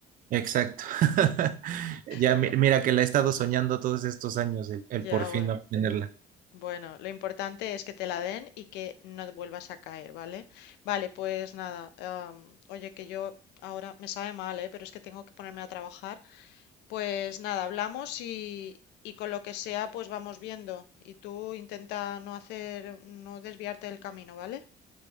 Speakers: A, on the right; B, on the left.
A: exacto. <laughs> Ya
B: <laughs> Va-
A: mi- mira que la he estado soñando todos estos años, el, el
B: Ya,
A: por fin
B: bueno.
A: obtenerla.
B: Bueno, lo importante es que te la den y que no te vuelvas a caer, ¿vale? Vale, pues nada, am, oye, que yo ahora me sabe mal, ¿eh? Pero es que tengo que ponerme a trabajar. Pues nada, hablamos y, y con lo que sea, pues vamos viendo. Y tú intenta no hacer, no desviarte del camino, ¿vale?